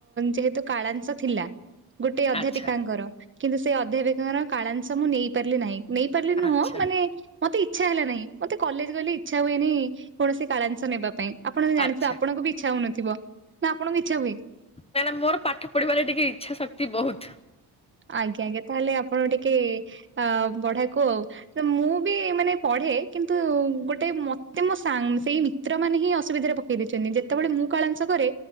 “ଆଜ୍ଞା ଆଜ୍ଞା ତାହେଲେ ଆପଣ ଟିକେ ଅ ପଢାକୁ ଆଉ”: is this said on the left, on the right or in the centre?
Right